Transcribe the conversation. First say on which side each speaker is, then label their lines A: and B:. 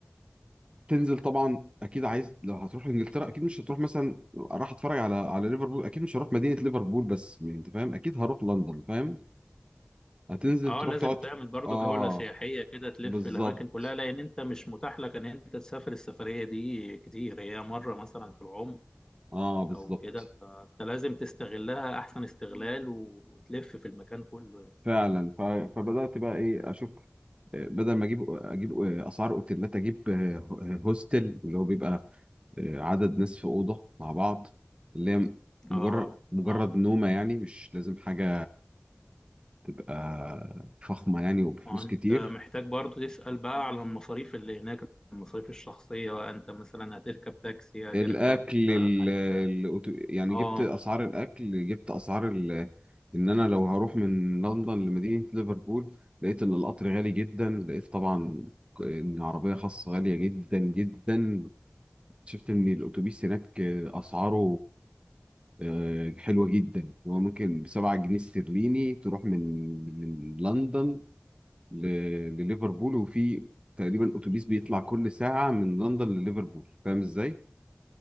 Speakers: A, on the right; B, on the left.
A: تنزل طبعا اكيد عايز لو هتروح انجلترا اكيد مش هتروح مثلا راح اتفرج على على ليفربول اكيد مش هروح مدينة ليفربول بس يعني انت فاهم اكيد هروح لندن فاهم هتنزل
B: اه
A: تروح
B: لازم
A: تقعد
B: تعمل
A: في-
B: برضو
A: اه
B: جولة سياحية كده تلف
A: بالظبط
B: الاماكن كلها لان انت مش متاح لك ان انت تسافر السفرية دي كتير هي مرة مثلا في العمر
A: اه بالظبط
B: او كده فانت لازم تستغلها احسن استغلال وتلف في المكان كله يعني.
A: فعلا ف... فبدأت بقى ايه اشوف بدل ما اجيب اجيب اسعار اوتيلات اجيب آه، هوستل اللي هو بيبقى آه، عدد ناس في اوضه مع بعض اللي هي مجرد
B: اه
A: مجرد
B: اه
A: نومه يعني مش لازم حاجه تبقى فخمه يعني وبفلوس
B: وانت
A: كتير
B: محتاج برضو تسأل بقى على المصاريف اللي هناك المصاريف الشخصية بقى انت مثلا هتركب تاكسي هتركب
A: الاكل
B: آه،
A: ال-
B: حاجة
A: الأوتو- يعني
B: اه
A: جبت اسعار الاكل جبت اسعار ال- ان انا لو هروح من لندن لمدينه ليفربول لقيت ان القطر غالي جدا لقيت طبعا ان عربيه خاصه غاليه جدا جدا شفت ان الاتوبيس هناك اسعاره آه، حلوه جدا هو ممكن بسبعة جنيه استرليني تروح من من لندن ل- لليفربول وفي تقريبا اتوبيس بيطلع كل ساعه من لندن لليفربول فاهم ازاي